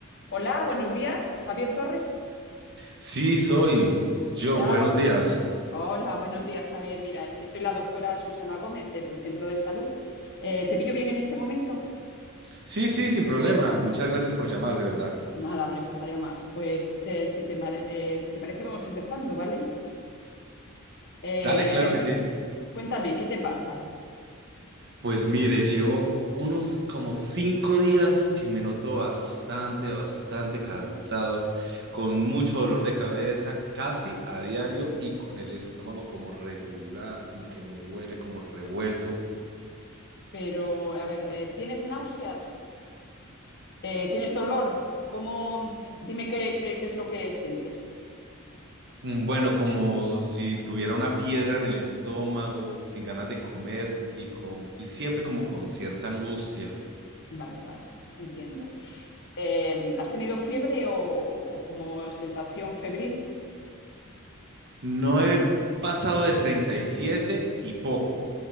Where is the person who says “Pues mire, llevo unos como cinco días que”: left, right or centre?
Right